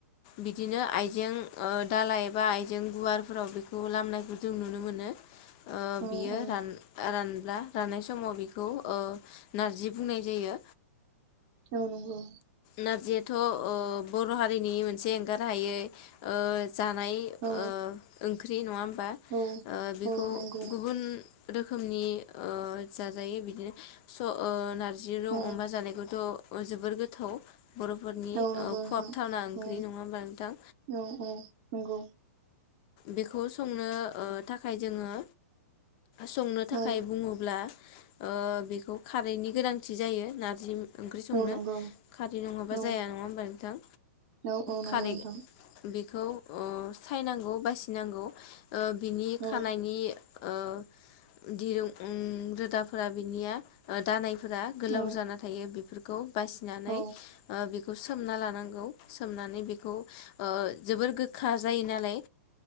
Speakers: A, on the left (about 30°); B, on the right (about 35°).
A: बिदिनो आइजें ओ-दालााय एबा आइजें गुवारफोराव बेखौ लामनायखौ जों नुनो मोनो। ओ-
B: औ
A: बियो
B: औ
A: रान -रान- ना रानाय समाव बेखौ ओ-नारजि बुंनाय जायो।
B: औ नोंगौ
A: नारजिद थ' बर' हारिनि मोनसे एंगार हायै जानाय ओ
B: औ
A: ओंख्रि नङा होनबा बा ओ
B: औ
A: बेखौ
B: औ नंगौ
A: गुबुन रोखोमनि जाजायो बिदिनो नार जि रं
B: औ
A: अमा जानायखौथ' जोबोर गोथाव बर फोरनि
B: औ नंगौ नोंथां
A: खहाबथावना ओंख्रि
B: औ
A: नङा होमबा नोंथां
B: औ औ नंगौ
A: बेखौ संनो थाखाय जोङो संनो थाखाय
B: औ
A: बुङोब्ला ओ बेखौ खारैनि गोनांथि जायो नारजि ओंख्रि संनो
B: औ नंगौ
A: खारै नङाबा
B: औ
A: जाया नङा हबा नोंथां
B: औ औ नंगौ
A: खारै
B: नोंथां
A: बि बेखौ सायनांगौ बासिनांगौ ओ बिनि
B: औ
A: खानायनि ओ दिरुं रोदाफोरा बिनिया ओ दानाय फोर गोलाव
B: औ
A: जाना थायो बेफोरखौ <inaudible> बासिनानै
B: औ
A: बेखौ सोमना लानांगौ सोमनानै बेखौ जोबोर गोखा जायो नालाय